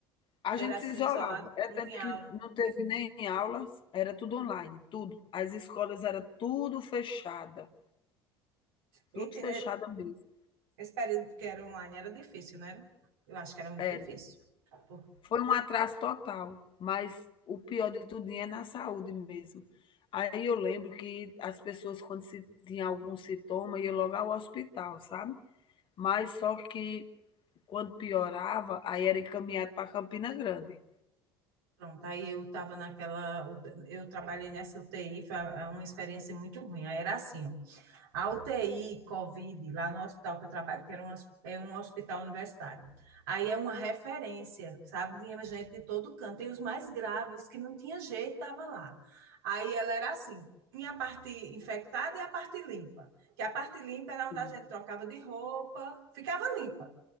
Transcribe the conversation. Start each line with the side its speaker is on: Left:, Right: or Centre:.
Left: A
Right: Era
Left: gente
Right: assim,
Left: se isolava,
Right: isolado?
Left: é
Right: Não
Left: tanto
Right: tinha
Left: que
Right: aula.
Left: não teve nem aulas, era tudo online, tudo. As escolas era tudo fechada,
Right: Eita,
Left: tudo fechada
Right: né?
Left: mesmo,
Right: Esse período que era online era difícil, né? Eu acho que era muito
Left: era.
Right: difícil. Por-
Left: Foi um atraso total, mas o pior de tudo é na saúde mesmo. Aí eu lembro que as pessoas quando se tinha algum sintoma ia logo ao hospital, sabe. Mas só que quando piorava, aí era encaminhado para Campina Grande.
Right: Pronto, aí eu estava naquela. Eu trabalhei nessa UTI, foi uma experiência muito ruim. Aí era assim, ó, a UTI COVID, lá no hospital que eu trabalho, que era um, hos- é um hospital universitário. Aí é uma referência, sabe? Vinha gente de todo canto, e os mais graves, que não tinha jeito, estava lá. Aí ela era assim: tinha a parte infectada e a parte limpa. Que a parte limpa era
Left: Sim,
Right: onde a gente trocava de roupa, ficava limpa.